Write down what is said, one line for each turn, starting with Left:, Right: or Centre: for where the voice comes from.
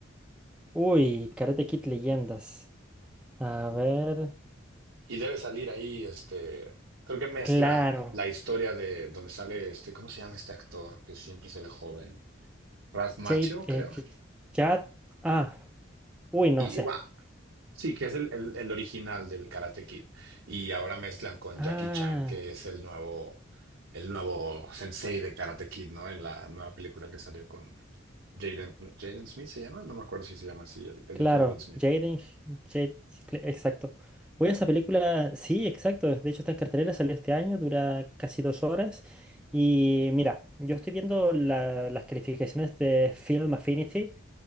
Centre: Uy, Karate Kid Leyendas. A ver.
Right: Y debe salir ahí, este, creo que mezcla
Centre: Claro.
Right: la historia de donde sale este, ¿cómo se llama este actor que siempre se ve joven? Ralph Macchio,
Centre: Jade.
Right: creo.
Centre: eh, J- Jad- Ah, uy, no
Right: Y,
Centre: sé.
Right: y va. Sí, que es el, el- el original del Karate Kid. Y ahora mezclan con
Centre: Ah.
Right: Jackie Chan, que es el nuevo, el nuevo sensei de Karate Kid, ¿no? En la nueva película que salió con Jaden, Jaden Smith se llama, no me acuerdo si se llama así, el, el
Centre: Claro,
Right: hijo de Will Smith.
Centre: Jaden, Jade- cl- exacto. Voy a esa película, sí, exacto. De hecho, está en cartelera, salió este año, dura casi dos horas. Y mira, yo estoy viendo la- las calificaciones de Film Affinity